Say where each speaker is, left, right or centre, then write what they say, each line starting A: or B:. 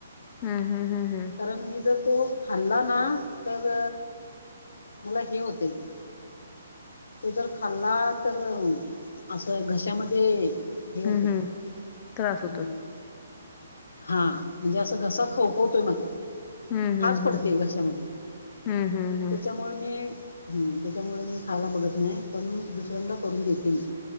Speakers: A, on the left; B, on the left.
A: हम् हम्म हम् हम
B: कारण मी जर तो खाल्ला ना तर मला हे होतय ते तो जर खाल्ला तर असं घशामध्ये हे होतय
A: हम्म
B: हम्म
A: हम्म त्रास होतोय
B: हा
A: हम्म
B: म्हणजे असं घसा खवखवतोय माझा.
A: हम्म
B: खाज पडते
A: हम्म
B: घशामध्ये
A: हम्म हम्म हम्म
B: त्याच्यामुळे मी हम त्याच्यामुळे मी खायला बघत नाही पण दुसऱ्यांंन करून देते मी